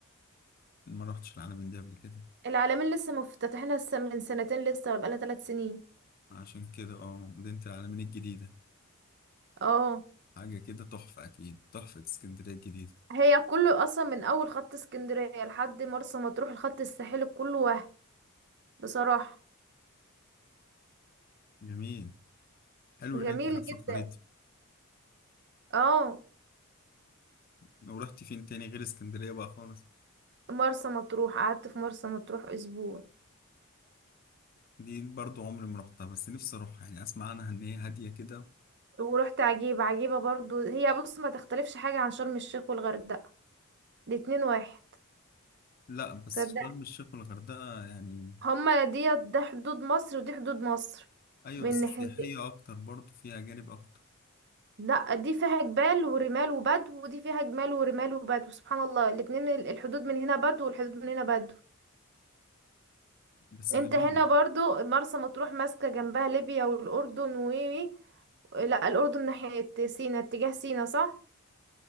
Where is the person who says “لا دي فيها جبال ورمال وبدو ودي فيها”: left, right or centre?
Right